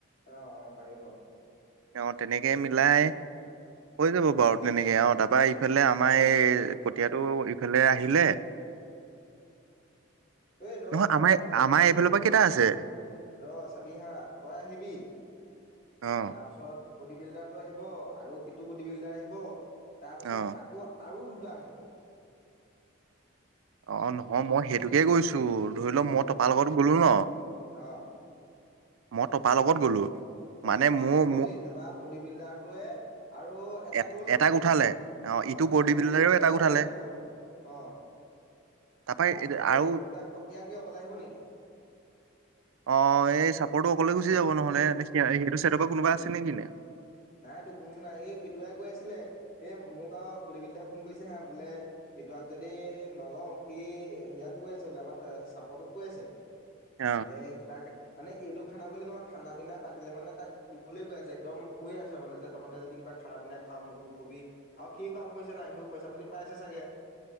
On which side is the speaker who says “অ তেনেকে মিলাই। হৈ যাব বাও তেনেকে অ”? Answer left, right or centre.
Right